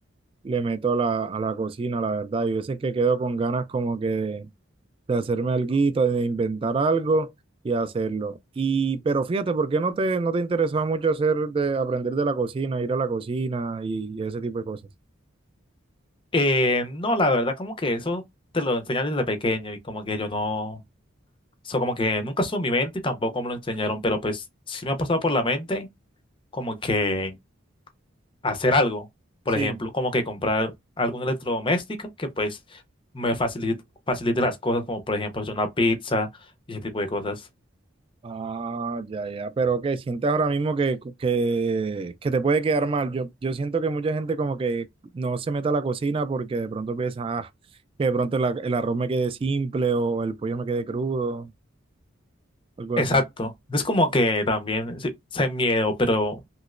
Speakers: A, on the right; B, on the left.
A: le meto la, a la cocina, la verdad. Yo veces que quedo con ganas como que de, de hacerme alguito, de inventar algo y hacerlo. Y, pero fíjate, ¿por qué no te, no te interesaba mucho hacer de aprender de la cocina, ir a la cocina y, y ese tipo de cosas?
B: Eh, no, la verdad, como que eso te lo enseñan desde pequeño y como que yo no, eso como que nunca estuvo en mi mente y tampoco me lo enseñaron, pero pues sí me ha pasado por la mente como que hacer algo. Por
A: Sí,
B: ejemplo, como que comprar algún electrodoméstico que pues me facilite, facilite las cosas, como por ejemplo hacer una pizza y ese tipo de cosas.
A: Ah, ya, ya, pero que sientes ahora mismo que, que, que te puede quedar mal. Yo, yo siento que mucha gente como que no se mete a la cocina porque de pronto piensa, ah, que de pronto el, a- el arroz me quede simple o el pollo me quede crudo, algo
B: Exacto.
A: así.
B: Es como que también sí, sé miedo, pero